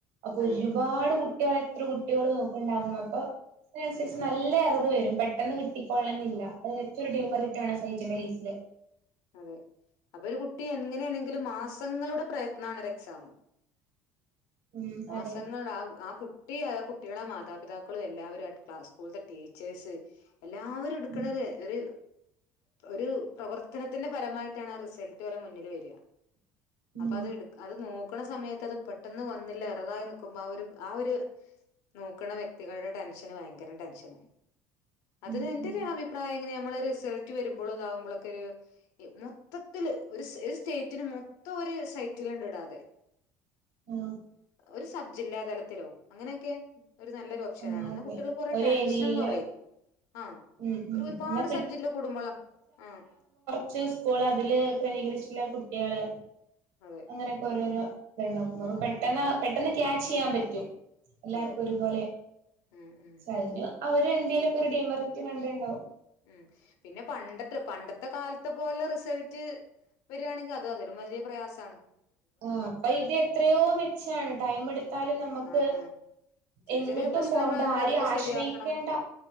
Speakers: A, on the right (about 85°); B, on the left (about 70°).
A: അപ്പൊ
B: അതെ
A: ഒരുപാട് കുട്ടി ക എത്ര കുട്ടികള് നോക്ക്ണ്ടാവും അപ്പൊ ശ
B: ആ
A: ശരി
B: ആ
A: നല്ല അറിവ്‌ വരും പഠി പെട്ടെന്ന് കിട്ടിക്കോളണംന്നില്ല. അതെറ്റൊരു ഡിമെറിറ്റാണ്. റയ്റ്റിന്റെ കേസില്
B: അതെ അപ്പൊ ഒരു കുട്ടി എങ്ങനെണെങ്കിലും മാസങ്ങളുടെ പ്രയത്നാണ് ഒരു എക്സാം.
A: ഉം
B: മാസങ്ങൾ
A: അതെ
B: ആ ആ കുട്ടി ആ കുട്ടി കുട്ട്യേളെ മാതാപിതാക്കളും എല്ലാവരുംഅടുത്ത സ്കൂളത്തെ ടീച്ചേഴ്സ് എല്ലാവരും എട്ക്ക്ണൊരു
A: ഉം
B: ഒരു ഒരു പ്രവർ ത്തനത്തിന്റെ ഫലമായിട്ടാണ് ആ റിസൾട്ട് ഓലെ മുന്നില് വര്യാ
A: ഉം
B: അപ്പൊ അത് ഇട്ക് അത് നോ- ക്കണ സമയത്ത് അത് പെട്ടെന്ന് വന്നില്ല എററായി നിക്കുമ്പോ ആ ഒരു ആ ഒര് നോക്കണ വ്യക്തികളുടെ ടെൻഷന് വയങ്കരം ടെൻഷനാണ് അതിനെന്തിനാ
A: ഉം ഉം
B: ആ അഭിപ്രായെങ്ങനാ നമ്മള റിസൾട്ട് വരുമ്പൊളും താവുമ്പോളൊക്കൊരു മൊത്തത്തില് ഒരു സ് സ്റ്റേറ്റിന് മൊത്തം ഒരു സൈറ്റില്ണ്ടിടാതെ
A: ആ
B: ഒരു സബ്ജില്ലാ തലത്തിലോ അങ്ങനെക്കെ ഒരു നല്ലൊരു ഓപ്ഷനാണ്.
A: ഉം അതെ
B: ന്നാ കുട്ടികൾക്ക് കൊറേ
A: ഒരു
B: ടെൻഷൻ
A: ഏരിയയില്
B: കൊറയും ആഹ്
A: ഉം ഉം
B: ഒരു ഒരുപാട്
A: പിന്നെ
B: സബ് ജില്ല കൂടുമ്പോള ആഹ്
A: ച്ച് സ്കൂള് അതില് ക്രമീകരിച്ചിട്ട്ള്ള കുട്ട്യാള്
B: അതെ
A: അങ്ങനെക്കെ ഓരോരോ ടീമാകും അപ്പ
B: ഉം
A: പെട്ടന്ന
B: ഉം ഉം
A: പെട്ടന്ന്ക്യാ ച്ച്യാൻ പറ്റും എല്ലാർക്കും
B: അതെ
A: ഒരുപോലെ
B: ഉം ഉം
A: ച്ചഅതിന് അവരെന്തെലൊക്കെ ഒരു ഡിമെറിറ്റ് കണ്ടിട്ട്ണ്ടാവും
B: ഊം പിന്നെ പണ്ട ത്ത് പണ്ടത്തെ കാലത്തെ പോലെ റിസൾട്ട് വര്ആണെങ്കിൽ അത് അതിലും വലിയ പ്രയാസാണ്
A: ആ അപ്പൊ ഇത് എത്രയോ മെച്ചാണ് ടൈം എടുത്താലും നമുക്ക്
B: ആ ആ ചെറിയ
A: എങ്ങിട്ടും
B: ചെറിയ പ്രശ്നങ്ങളുണ്ട്
A: പോകണ്ട ആരെയും
B: അതൊക്കെ
A: ആശ്രയിക്കേണ്ട
B: ശരിയാക്കണം